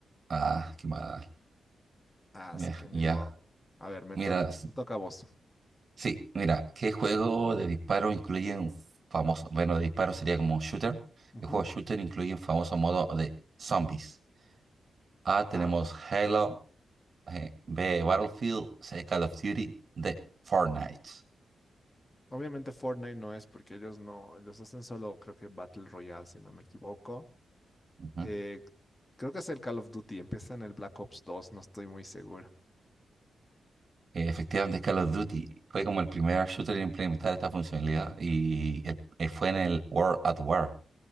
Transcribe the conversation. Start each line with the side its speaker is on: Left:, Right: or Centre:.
Right: Ah, qué mal.
Left: Así
Right: Ya,
Left: que ni
Right: ya.
Left: modo. A ver, me
Right: Mira,
Left: to- me toca a vos.
Right: Sí, mira, ¿qué juego de disparo incluye un famoso, bueno, de disparo sería como un shooter?
Left: Ujú.
Right: ¿Qué juego shooter incluye un famoso modo de zombies? A, tenemos
Left: Ah,
Right: Halo, eh, B, Battlefield, C, Call of Duty, D, Fortnite.
Left: obviamente Fortnite no es porque ellos no, ellos hacen solo, creo que Battle Royale, si no me equivoco.
Right: Ujú.
Left: Eh, creo que es el Call of Duty, empieza en el Black Ops dos, no estoy muy seguro.
Right: Eh, Efectivamente, Call of Duty fue como el primer shooter en implementar esta funcionalidad y el- eh, fue en el World at War